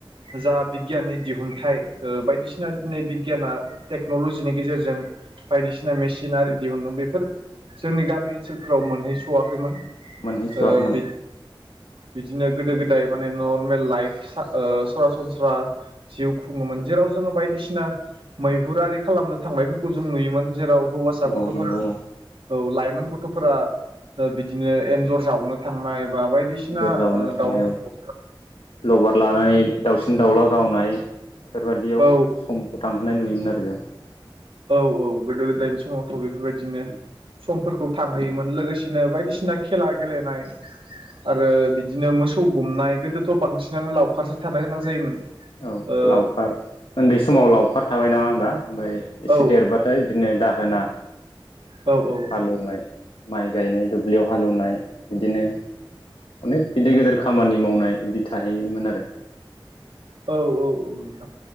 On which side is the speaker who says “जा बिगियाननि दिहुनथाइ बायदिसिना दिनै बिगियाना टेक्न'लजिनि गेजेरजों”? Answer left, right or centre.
Right